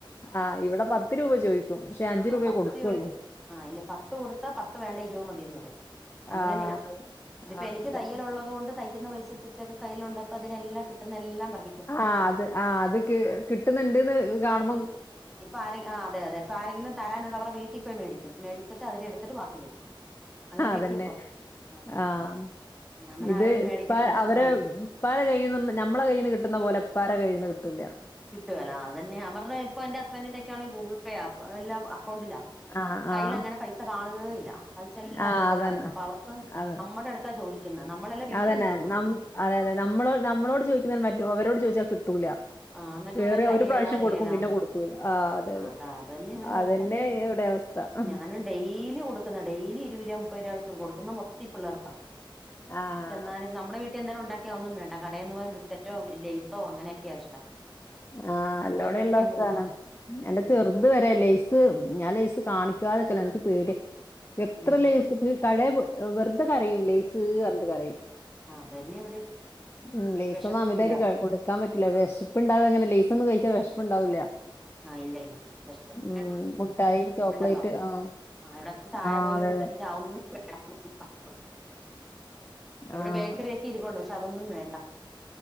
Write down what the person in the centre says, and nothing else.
ആ
പത്ത്
ചോദിക്കും ആ അയില് പത്ത് കൊടുത്താ പത്ത് വേണ്ട ഇരുപത് മതിന്ന് പറയും അങ്ങനെയാ
ഇതിപ്പോ
എനിക്ക്
തയ്യല് ഉള്ളത് കൊണ്ട് ത പൈസ <unintelligible> കയ്യിലുണ്ട് അപ്പം അതിനെല്ലാം കിട്ടുന്ന എല്ലാം പറ
ഇപ്പൊ ആരെ ആഹ് അതെ അതെ ഇപ്പൊ ആരെങ്കിലും തരാനുണ്ടേ അവര്ടെ വീട്ടിൽ പോയി മേടിക്കും മടിച്ചിട്ട് അതിന്നെടുത്തിട്ട് ബാക്കി തരും അങ്ങനെയൊക്കെ
ഇപ്പം ആ
ഞാൻ പിന്നെ
ആരോടും മേടിക്കണ്ട
ആ
കിട്ടുകേല അത് തന്നെ ഞാൻ പറഞ്ഞെ ഇപ്പൊ എന്റെ ഹസ്ബൻന്റിന്റെ ഒക്കെയാണേൽ ഗൂഗിൾ പേയാ എല്ലാം അക്കൗണ്ടിലാ
കയ്യിൽ
അങ്ങനെ പൈസ കാണുകേ ഇല്ല പൈസ എല്ലാം
അക്കൗണ്ടിലാ
കെടക്ക്ന്നെ അപ്പൊ അവർക്ക്
നമ്മുടെ അടുത്താണ് ചോദിക്കുന്നത് നമ്മളെല്ലെ വീട്ടിൽ
നിൽക്കുന്നുള്ളൂ
ആഹ് എന്നിട്ട്
പറയും തരികേല
തരികേലാന്ന്
പറയും
അതാ അത് തന്നെ ഇവിടെ അവസ്ഥ
ഞാനും ഡെയിലി കൊടുക്കുന്ന ഡെയിലി ഇരുപൂപ മുപ്പത് രൂപ വെച്ച കൊടുക്കുന്ന മൊത്തി ഇ പിള്ളേർക്കാ
ന്നാലും നമ്മുടെ വീട്ടിൽ എന്തൊലും ഉണ്ടാക്കിയാ ഒന്നും വേണ്ട കടേന്ന് പോവാൻ ബിസ്ക്കറ്റോ ലേസോ അങ്ങനെയൊക്കെയ ഇഷ്ടം
അത്
പോയി മേടിക്കാൻ
പോവൂട്ടോ
ഉം
ആഹ്
ആഹ്
ആഹ് അതന്നെ ഇവിടേം
വെശപ്പും
ഇല്ല
ആഹ് ഇല്ല ഇല്ല വെശപ്പ്
വേണ്ടല്ലോ
ആഹ് ഇവിടെന്ന് ചായ
പോലും
വെച്ചിട്ട് <unintelligible> <inaudible> ഇവിടെ
ബേക്കറി ഒക്കെ ഇരിക്കണ്ടോ പക്ഷെ അതൊന്നും വേണ്ട